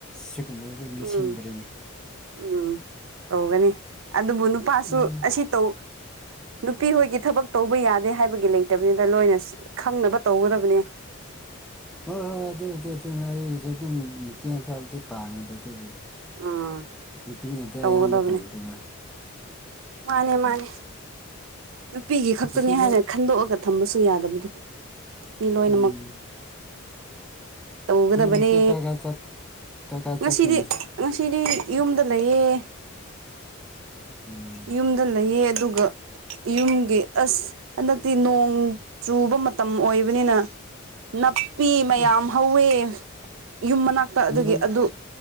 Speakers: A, in the centre; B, on the right.
A: ꯁꯤꯒꯨꯝꯕꯗꯗꯤ ꯅꯤꯡꯁꯤꯡꯗ꯭ꯔꯤꯅꯤ
B: ꯎꯝ ꯎꯝ ꯇꯧꯒꯅꯤ ꯑꯗꯨꯕꯨ ꯅꯨꯄꯥꯁꯨ
A: ꯎꯝ
B: ꯑꯁꯤ ꯇꯧ ꯅꯨꯄꯤ ꯍꯣꯏꯒꯤ ꯊꯕꯛ ꯇꯧꯕ ꯌꯥꯗꯦ ꯍꯥꯏꯕꯒꯤ ꯂꯩꯇꯕꯅꯤꯅ ꯂꯣꯏꯅ ꯈꯪꯅꯕ ꯇꯧꯒꯗꯕꯅꯦ
A: ꯍꯣꯏ ꯍꯣꯏ ꯑꯗꯨꯕꯨꯗꯤ ꯑꯗꯨꯅ ꯑꯩꯁꯨ ꯑꯗꯨꯝ ꯃꯇꯦꯡ ꯈ꯭ꯔꯕꯨꯗꯤ ꯄꯥꯡꯉꯤꯗ ꯑꯗꯨꯕꯨ
B: ꯎꯝ
A: ꯅꯨꯄꯤꯅꯗꯤ
B: ꯇꯧꯒꯗꯕꯅꯦ
A: ꯑꯌꯥꯝꯕ ꯇꯧꯋꯤꯗꯅ
B: ꯃꯥꯅꯦ ꯃꯥꯅꯦ ꯅꯨꯄꯤꯒꯤ ꯈꯛꯇꯅꯤ
A: ꯉꯁꯤ
B: ꯍꯥꯏꯅ
A: ꯅꯪ
B: ꯈꯟꯗꯣꯛꯑꯒ ꯊꯝꯕꯁꯨ ꯌꯥꯗꯕꯗꯣ ꯃꯤ ꯂꯣꯏꯅꯃꯛ
A: ꯎꯝ
B: ꯇꯧꯒꯗꯕꯅꯦ
A: ꯅꯪ ꯉꯁꯤ ꯀꯥꯏ ꯀꯥꯏ ꯆꯠ ꯀꯥꯏ ꯀꯥꯏ
B: ꯉꯁꯤꯗꯤ
A: ꯆꯠꯀꯦ
B: ꯉꯁꯤꯗꯤ ꯌꯨꯝꯗ ꯂꯩꯌꯦ
A: ꯎꯝ
B: ꯌꯨꯝꯗ ꯂꯩꯌꯦ ꯑꯗꯨꯒ ꯌꯨꯝꯒꯤ ꯑꯁ ꯍꯟꯗꯛꯇꯤ ꯅꯣꯡ ꯆꯨꯕ ꯃꯇꯝ ꯑꯣꯏꯕꯅꯤꯅ ꯅꯥꯞꯄꯤ ꯃꯌꯥꯝ
A: ꯑꯦ
B: ꯍꯧꯋꯦ ꯌꯨꯝ ꯃꯅꯥꯛꯇ ꯑꯗꯨꯒꯤ
A: ꯅꯣꯏꯔꯣꯝ
B: ꯑꯗꯨ